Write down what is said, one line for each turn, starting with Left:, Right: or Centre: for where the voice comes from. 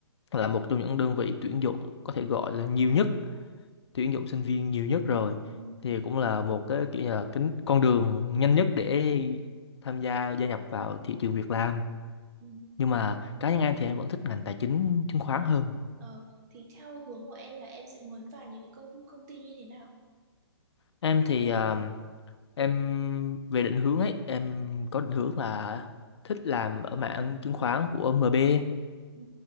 Left: là một trong những đơn vị tuyển dụng có thể gọi là nhiều nhất tuyển dụng sinh viên nhiều nhất rồi
Right: ừ,
Left: thì cũng
Right: ừ,
Left: là một cái kiểu như là cái con đường nhanh nhất để tham gia gia nhập vào thị trường việc làm
Right: ừ.
Left: nhưng mà cá nhân em thì em vẫn thích ngành tài chính chứng khoán hơn
Right: Ờ, thì theo hướng của em là em sẽ muốn vào những cái công công ty như thế nào?
Left: em thì à, Em về định hướng ấy, em có định hướng là thích làm ở mảng chứng khoán của MB.
Right: Ừ,